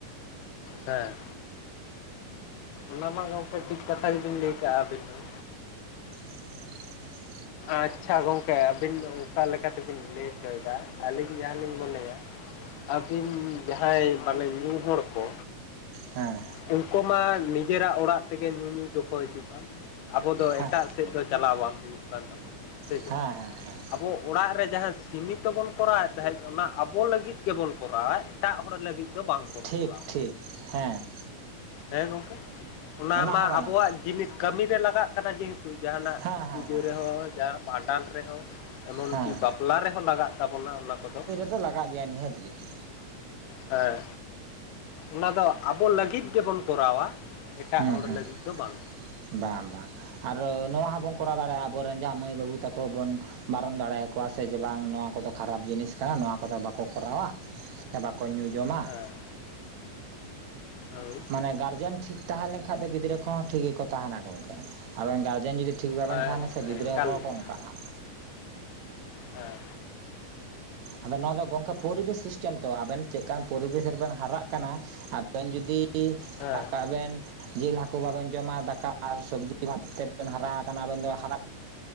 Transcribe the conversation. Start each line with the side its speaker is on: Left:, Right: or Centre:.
Left: ᱦᱮᱸ, ᱚᱱᱟ ᱢᱟ ᱜᱚᱝᱠᱮ ᱴᱷᱤᱠ ᱠᱟᱛᱷᱟ ᱜᱮᱵᱤᱱ ᱞᱟᱹᱭ ᱠᱟᱜᱟ ᱟᱹᱵᱤᱱ ᱦᱚᱸ᱾
Right: <inaudible>
Left: ᱟᱪᱪᱷᱟ ᱜᱚᱝᱠᱮ ᱟᱹᱵᱤᱱ ᱚᱝᱠᱟ ᱞᱮᱠᱟᱛᱮᱵᱤᱱ ᱞᱟᱹᱭ ᱦᱚᱪᱚᱭᱫᱟ, ᱟᱹᱞᱤᱧ ᱡᱟᱦᱟᱸᱞᱤᱧ ᱢᱚᱱᱮᱭ-ᱟ ᱟᱹᱵᱤᱱ ᱡᱟᱦᱟᱸᱭ ᱢᱟᱱᱮ ᱧᱩ ᱦᱚᱲ ᱠᱚ
Right: ᱦᱮᱸ
Left: ᱩᱝᱠᱩ ᱢᱟ ᱱᱤᱡᱮᱨᱟᱜ ᱚᱲᱟᱜ ᱛᱮᱜᱮ ᱧᱩᱧᱩ ᱫᱚᱠᱚ ᱦᱤᱡᱩᱜ-ᱟ ᱾ ᱟᱵᱚ ᱫᱚ ᱮᱴᱟᱜ
Right: ᱦᱮᱸ
Left: ᱥᱮᱫ ᱫᱚ ᱪᱟᱞᱟᱣ ᱵᱟᱝ ᱦᱩᱭᱩᱜ ᱠᱟᱱ ᱛᱟᱵᱚᱱᱟ ᱥᱮ
Right: ᱦᱮᱸ
Left: ᱪᱮ
Right: ᱦᱮᱸ ᱦᱮᱸ
Left: ᱾ ᱟᱵᱚ ᱚᱲᱟᱜ ᱨᱮ ᱡᱟᱦᱟᱸ ᱥᱤᱢᱤᱛᱚ ᱵᱚᱱ ᱠᱚᱨᱟᱣᱮᱫ ᱛᱟᱦᱮᱸᱡ ᱚᱱᱟ ᱟᱵᱚ ᱞᱟᱹᱜᱤᱫ ᱜᱮᱵᱚᱱ ᱠᱚᱨᱟᱣᱮᱫ ᱮᱴᱟᱜ ᱦᱚᱲ ᱞᱟᱹᱜᱤᱫ ᱫᱚ ᱵᱟᱝᱵᱚᱱ
Right: ᱴᱷᱤᱠ
Left: ᱠᱚᱨᱟᱣᱟ
Right: ᱴᱷᱤᱠ ᱦᱮᱸ ᱾
Left: ᱦᱮᱸ ᱜᱚᱝᱠᱮ ᱚᱱᱟ ᱢᱟ
Right: ᱦᱚᱸ ᱜᱟᱱᱚᱜᱼᱟ
Left: ᱟᱵᱚᱣᱟᱜ ᱡᱤᱱᱤᱥ ᱠᱟᱹᱢᱤ ᱨᱮ ᱞᱟᱜᱟᱜ ᱠᱟᱱᱟ ᱡᱮ ᱛᱩ ᱡᱟᱦᱟᱱᱟᱜ
Right: ᱦᱮᱸ ᱦᱮᱸ
Left: ᱯᱩᱡᱟᱹ
Right: ᱦᱮᱸ
Left: ᱨᱮᱦᱚᱸ ᱡᱟ ᱵᱷᱟᱸᱰᱟᱱ ᱨᱮᱦᱚᱸ ᱾ ᱮᱢᱚᱱ
Right: ᱦᱮᱸ
Left: ᱠᱤ ᱵᱟᱯᱞᱟ ᱨᱮᱦᱚᱸ ᱞᱟᱜᱟᱜ ᱛᱟᱵᱚᱱ-ᱟ ᱚᱱᱟ ᱠᱚᱫᱚ ᱾
Right: ᱫᱚ ᱞᱟᱜᱟᱜ ᱜᱮᱭᱟ ᱱᱤᱦᱟᱛ ᱜᱮ ᱾
Left: ᱦᱮᱸ ᱚᱱᱟ ᱫᱚ ᱟᱵᱚ ᱞᱟᱹᱜᱤᱫ ᱜᱮᱵᱚᱱ ᱠᱚᱨᱟᱣ-ᱟ ᱾ ᱮᱴᱟᱜ
Right: ᱦᱮᱸ
Left: ᱦᱚᱲ
Right: ᱦᱮᱸ
Left: ᱞᱟᱹᱜᱤᱫ ᱫᱚ ᱵᱟᱝ᱾
Right: ᱵᱟᱝ ᱵᱟᱝ ᱟᱨ ᱱᱚᱣᱟ ᱦᱚᱸᱵᱚᱱ ᱠᱚᱨᱟᱣ ᱫᱟᱲᱮᱭᱟᱜ-ᱟ ᱟᱵᱚᱨᱮᱱ ᱡᱟᱦᱟ ᱢᱟᱹᱭ ᱵᱟᱹᱵᱩ ᱛᱟᱠᱚ ᱵᱚᱱ ᱵᱟᱨᱚᱱ ᱫᱟᱲᱮᱭᱟᱠᱚᱣ-ᱟ ᱥᱮ ᱡᱮ ᱵᱟᱝ ᱱᱚᱣᱟ ᱠᱚᱫᱚ ᱠᱷᱟᱨᱟᱯ ᱡᱤᱱᱤᱥ ᱠᱟᱱᱟ ᱱᱚᱣᱟ ᱠᱚᱫᱚ ᱵᱟᱠᱚ ᱠᱚᱨᱟᱣ-ᱟ ᱾ ᱥᱮ ᱵᱟᱠᱚ ᱧᱩ ᱡᱚᱢᱟ
Left: ᱦᱮᱸ ᱦᱳᱭ
Right: ᱢᱟᱱᱮ ᱜᱟᱨᱡᱮᱱ ᱴᱷᱤᱠ ᱛᱟᱦᱮᱸ ᱞᱮᱱᱠᱷᱟᱡ ᱫᱚ ᱜᱤᱫᱽᱨᱟᱹ ᱠᱚᱦᱚᱸ ᱴᱷᱤᱠ ᱜᱮᱠᱚ ᱛᱟᱦᱮᱱ-ᱟ ᱜᱚᱝᱠᱮ ᱟᱵᱮᱱ ᱜᱟᱨᱡᱮᱱ ᱡᱩᱫᱤ ᱴᱷᱤᱠ ᱵᱟᱵᱮᱱ
Left: ᱦᱮᱸ
Right: ᱛᱟᱦᱮᱱ-ᱟ
Left: ᱜᱚᱝᱠᱮ
Right: ᱥᱮ ᱜᱤᱫᱽᱨᱟᱹ
Left: ᱮᱠᱟᱞ
Right: ᱠᱚᱦᱚᱠᱚ
Left: ᱜᱮ
Right: ᱚᱝᱠᱟᱜ-ᱟ ᱾
Left: ᱦᱮᱸ
Right: ᱟᱫᱚ ᱱᱚᱣᱟ ᱫᱚ ᱜᱚᱝᱠᱮ ᱯᱚᱨᱤᱵᱮᱥ ᱥᱤᱥᱴᱮᱢ ᱛᱚ ᱟᱵᱮᱱ ᱪᱮᱫᱠᱟᱱ ᱯᱚᱨᱤᱵᱮᱥ ᱨᱮᱵᱮᱱ ᱦᱟᱨᱟᱜ ᱠᱟᱱᱟ ᱟᱵᱮᱱ ᱡᱩᱫᱤ ᱤ ᱥᱟᱵ
Left: ᱦᱮᱸ
Right: ᱠᱟᱜ ᱵᱮᱱ ᱡᱮᱞ ᱦᱟᱹᱠᱳ ᱵᱟᱵᱮᱱ ᱡᱚᱢᱟ ᱫᱟᱠᱟ ᱟᱨ ᱥᱚᱵᱽᱡᱤ ᱵᱷᱟᱛ ᱛᱮ ᱵᱮᱱ ᱦᱟᱨᱟ ᱠᱟᱱᱟ ᱟᱵᱮᱱ ᱫᱚ ᱦᱟᱨᱟ